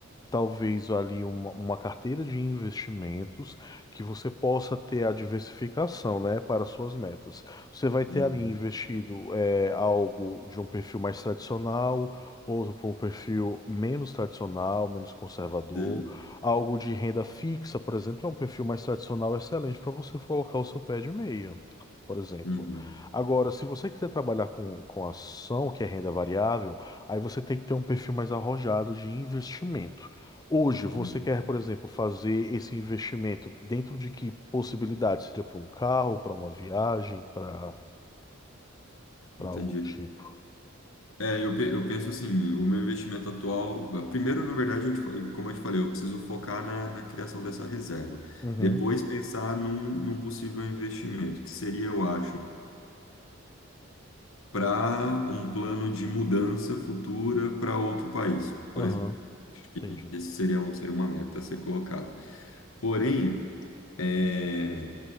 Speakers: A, on the left (about 20°); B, on the left (about 85°).
A: talvez, ali uma, uma carteira de investimentos que você possa ter a diversificação, né, para suas metas. Você vai ter
B: Uhum.
A: ali investido é, algo de um perfil mais tradicional, outro para um perfil menos tradicional, menos conservador.
B: Sei.
A: Algo de renda fixa, por exemplo, é um perfil mais tradicional excelente para você colocar o seu pé de meia, por exemplo.
B: Uhum.
A: Agora, se você quiser trabalhar com, com ação, que é renda variável, aí você tem que ter um perfil mais arrojado de investimento. Hoje, você
B: Uhum.
A: quer, por exemplo, fazer esse investimento dentro de que possibilidade? Seria para um carro, para uma viagem, para para
B: Entendi.
A: algo do tipo?
B: É, eu, pe- eu penso assim, o meu investimento atual, primeiro, na verdade, eu te fa- como eu te falei, eu preciso focar na, na criação dessa reserva.
A: Uhum,
B: Depois pensar num, num possível investimento, que seria, eu acho, para um plano de mudança futura para outro país, por
A: aham,
B: exemplo. Acho que
A: entendi.
B: esse seria, um- seria uma meta a ser colocada. Porém, é,